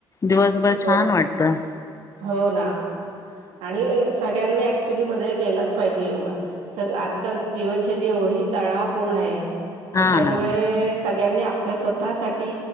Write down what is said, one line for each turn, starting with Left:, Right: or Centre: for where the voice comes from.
Left: दिवसभर छान
Right: ब
Left: वाटतं.
Right: हो ना आणि सगळ्यांनी ऍक्च्युली म- केलाच पाहिजे. योगा स आजकालची जीवनशैली एवढी तणावपूर्ण आहे. त्याच्यामुळे
Left: हा ना
Right: सगळ्यांनी आप- आपल्या स्वतःसाठी